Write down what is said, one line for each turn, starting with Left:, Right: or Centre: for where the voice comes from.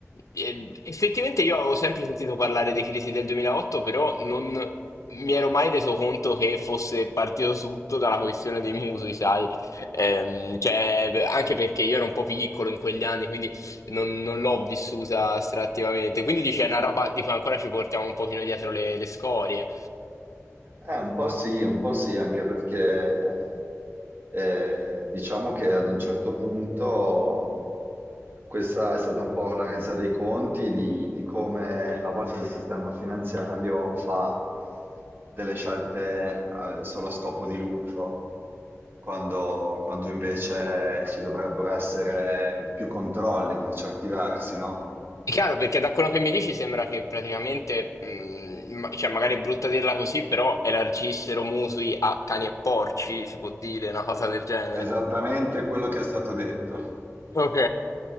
Left: eh, effettivamente io avevo sempre sentito parlare dei crisi del 2008, però non mi ero mai reso conto che fosse partito tutto dalla questione dei mutui, sai? Ehm, cioè, anche perché io ero un po' piccolo in quegli anni, quindi non, non l'ho vissuta estrattivamente. Quindi dice, è una roba di cui ancora ci portiamo un pochino dietro le, le scorie.
Right: Eh, un po' sì, un po' sì, anche perché eh, diciamo che ad un certo punto questa è stata un po' la resa dei conti di, di come a volte il sistema finanziario fa delle scelte eh, solo a scopo di lucro, quando, quando invece ci dovrebbero essere più controlli per certi versi, no?
Left: È chiaro, perché da quello che mi dici sembra che praticamente, mh, ma- cioè magari è brutta dirla così, però elargissero mutui a cani e porci, si può dire una cosa del genere.
Right: Esattamente quello che è stato detto.
Left: Ok.